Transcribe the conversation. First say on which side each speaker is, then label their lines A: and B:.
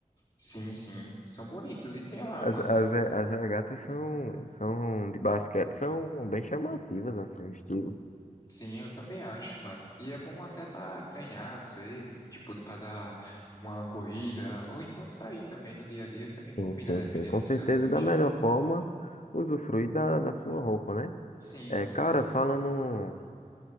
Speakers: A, on the left; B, on the left.
A: Sim, sim. São bonitos. E tem lá,
B: As,
A: mano.
B: as, re- as regatas são, são de basquete, são bem chamativas, assim, o estilo.
A: Sim, eu também acho, mano. E é bom até pra treinar, às vezes, tipo, pra dar uma corrida. Ou então sair também no dia a dia, também
B: Sim,
A: combina,
B: sim,
A: dependendo
B: sim. Com
A: do
B: certeza,
A: seu traje.
B: da melhor forma, usufruir da, da sua roupa, né?
A: Sim,
B: É,
A: com certeza.
B: cara, falando.